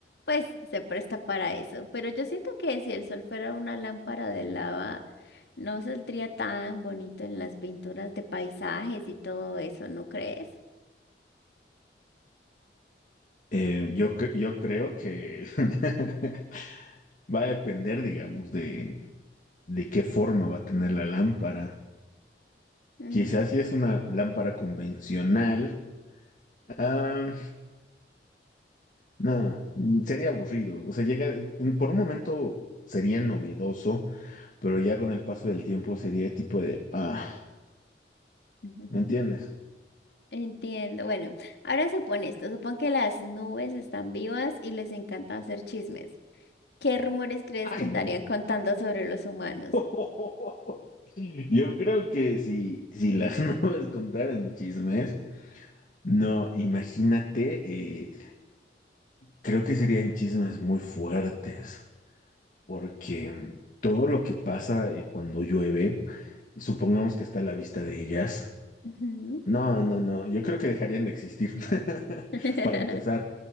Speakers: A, on the left (about 70°); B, on the left (about 45°).
A: Pues se presta para eso. Pero yo siento que si el sol fuera una lámpara de lava, no saldría tan bonito en las pinturas de paisajes y todo eso, ¿no crees?
B: Eh, yo, cre- yo creo que <laughs> va a depender, digamos, de, de qué forma va a tener la lámpara.
A: Mm.
B: Quizás si es una lámpara convencional, ah, no, mm, sería aburrido. O sea, llega, en- por un momento sería novedoso, pero ya con el paso del tiempo sería tipo de, ah,
A: <laughs>
B: ¿me entiendes?
A: Entiendo. Bueno, ahora supone esto, supón que las nubes están vivas y les encanta hacer chismes. ¿Qué rumores crees
B: Ay,
A: que andarían
B: no.
A: contando sobre los humanos?
B: <laughs> Yo creo que si, si las <laughs> nubes contaran chismes, no, imagínate, eh, creo que serían chismes muy fuertes, porque mm, todo lo que pasa eh, cuando llueve, y supongamos que está a la vista de ellas,
A: Ujú.
B: no, no, no, yo creo que dejarían de existir, <laughs>
A: <laughs>
B: para empezar.